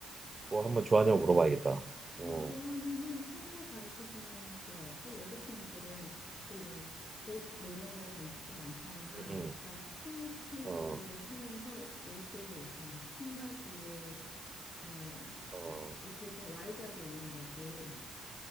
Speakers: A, on the right (about 25°); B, on the left (about 30°).
A: 그거 한번 좋아하냐고 물어봐야겠다. 어,
B: 어, 좋아하면은 살살 가르쳐 주면은 좋아할 걸. 여자친구들은 또 이런 옷 뭐 이런 거에 관심도 많잖아.
A: 음,
B: 그러니까
A: 음.
B: 스케이트보드를
A: 어,
B: 타면서 옷을 약간 이게 통바지에 뭐
A: 어,
B: 약- 이렇게 좀 와일드하게 입는 거지.